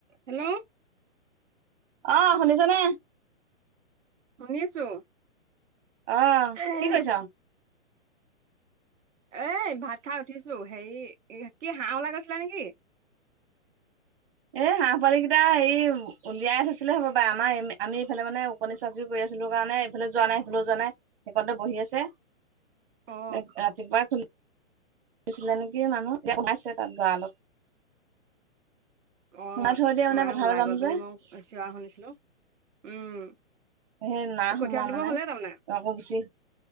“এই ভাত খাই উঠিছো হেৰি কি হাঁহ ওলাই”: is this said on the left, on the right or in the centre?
Right